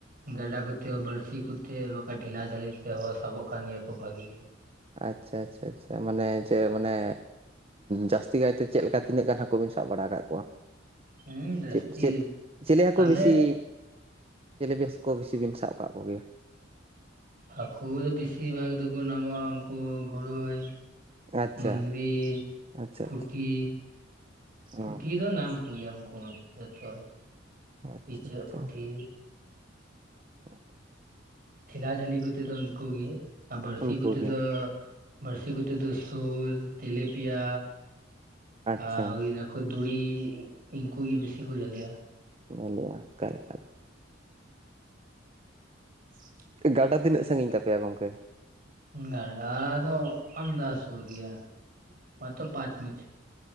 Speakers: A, on the right; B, on the right.
A: ᱜᱟᱰᱟ ᱠᱚᱛᱮ ᱦᱚᱸ ᱵᱟᱹᱲᱥᱤ ᱠᱚᱛᱮ ᱵᱟᱠᱷᱟᱡ ᱰᱷᱮᱞᱟ ᱡᱷᱟᱹᱞᱤ ᱛᱮᱦᱚᱸ ᱥᱟᱵᱚᱜ ᱠᱟᱱ ᱜᱮᱭᱟ ᱠᱩ ᱵᱷᱟᱹᱜᱤ ᱜᱮ ᱾
B: ᱟᱪᱪᱷᱟ ᱟᱪᱪᱷᱟ ᱟᱪᱪᱷᱟ, ᱢᱟᱱᱮ ᱪᱮᱫ ᱢᱟᱱᱮ ᱡᱟᱹᱥᱛᱤ ᱠᱟᱭᱛᱮ ᱪᱮᱫᱞᱮᱠᱟ ᱛᱤᱱᱟᱹᱜ ᱜᱟᱱ ᱦᱟᱠ ᱠᱚᱵᱮᱱ ᱥᱟᱵ ᱵᱟᱲᱟ ᱟᱠᱟᱫ ᱠᱚᱣᱟ
A: ᱦᱩᱸ ᱡᱟᱹᱥᱛᱤ
B: ᱪᱮᱫ ᱪᱮᱫ ᱪᱮᱞᱮ ᱦᱟᱹᱠᱩ
A: ᱛᱟᱦᱚᱞᱮ
B: ᱵᱤᱥᱤ ᱪᱤᱞᱮ ᱵᱤᱥ ᱠᱚ ᱵᱤᱥᱤ ᱵᱤᱱ ᱥᱟᱵ ᱠᱟᱜ ᱠᱚᱜᱮᱭᱟ?
A: ᱦᱟᱹᱠᱩ ᱫᱚ ᱵᱤᱥᱤ ᱵᱷᱟᱜᱽ ᱫᱚᱠᱚ ᱱᱟᱢᱚᱜᱼᱟ ᱩᱱᱠᱩ ᱜᱳᱲᱳᱭ ᱾
B: ᱟᱪᱪᱷᱟ
A: ᱢᱟᱹᱜᱽᱨᱤ
B: ᱟᱪᱪᱷᱟ
A: ᱯᱩᱴᱷᱤ
B: ᱟᱪᱪᱷᱟ ᱚ
A: ᱯᱩᱴᱷᱤ ᱫᱚ ᱱᱟᱢ ᱠᱩᱭᱟᱢ ᱠᱩ ᱡᱚᱛᱚ
B: ᱟᱪᱪᱷᱟ
A: ᱤᱪᱟᱹᱜ
B: ᱟᱪᱪᱷᱟ
A: ᱯᱩᱴᱷᱤ
B: <inaudible>
A: ᱴᱷᱮᱞᱟ ᱡᱷᱟᱹᱞᱤ ᱠᱚᱛᱮ ᱫᱚ ᱩᱱᱠᱩ ᱜᱤ ᱟᱨ ᱵᱟᱹᱲᱥᱤ
B: ᱩᱱᱠᱩ
A: ᱠᱚᱛᱮ
B: ᱜᱮ
A: ᱫᱚ ᱵᱟᱹᱲᱥᱤ ᱠᱚᱛᱮ ᱫᱚ ᱥᱳᱞ ᱛᱮᱞᱮᱯᱤᱭᱟ
B: ᱟᱪᱪᱷᱟ
A: ᱟᱨ ᱦᱩᱭᱱᱟ ᱠᱚ ᱫᱷᱩᱲᱤ ᱤᱱᱠᱩ ᱜᱮ ᱵᱤᱥᱤ ᱠᱚ ᱡᱷᱟᱹᱞᱤᱭᱟ᱾
B: ᱧᱮᱞᱮᱭᱟ ᱚᱠᱟ ᱞᱮᱠᱟ᱾
A: <inaudible>
B: ᱜᱟᱰᱟ ᱛᱤᱱᱟᱹᱜ ᱥᱟᱺᱜᱤᱧ ᱛᱟᱯᱮᱭᱟ ᱜᱚᱢᱠᱮ?
A: ᱜᱟᱰᱟ ᱫᱚ ᱟᱢᱫᱟᱥᱩᱨ ᱜᱮᱭᱟ ᱟᱢᱫᱟ ᱯᱟᱸᱪ ᱢᱤᱱᱤᱴ᱾